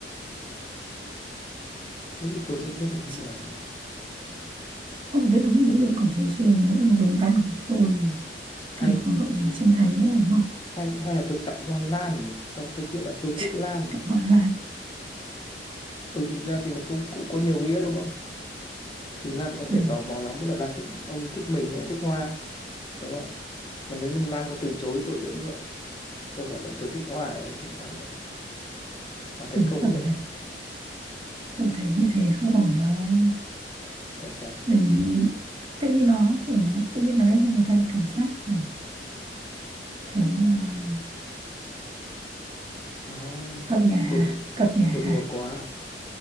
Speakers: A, on the left (about 25°); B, on the right (about 30°).
A: thế thì tôi sẽ biết là như
B: Chứ
A: nào nhỉ
B: Ông phải viết đúng được những gì ông cảm thấy chứ nếu ông dùng văn của tôi thì
A: hay
B: thì còn gọi gì là chân thành nữa đúng không?
A: hay hay là tôi tặng hoa lan nhỉ xong tôi biết là tôi
B: <laughs>
A: thích lan
B: Tạm
A: nhỉ
B: gọi là
A: ừ thực ra thì nó cũng cũng có nhiều nghĩa đúng không thì Lan có
B: Ừ,
A: thể tò mò lắm biết là Lan thích ông ấy thích mình hay thích hoa đúng không mà nếu như mà Lan có từ chối tôi đỡ ngượng tôi bảo là tôi thích hoa ấy, thì Lan đấy và thấy
B: thấy
A: câu đấy
B: ổn
A: được
B: thật
A: không
B: tôi thấy như thế không ổn đâu
A: tại sao
B: đừng tại vì nó kiểu nó tự nhiên nó đem cho người ta cái cảm giác kiểu kiểu như là
A: nó
B: cợt nhả hả?
A: đột
B: cợt nhả
A: đột
B: hả?
A: ngột quá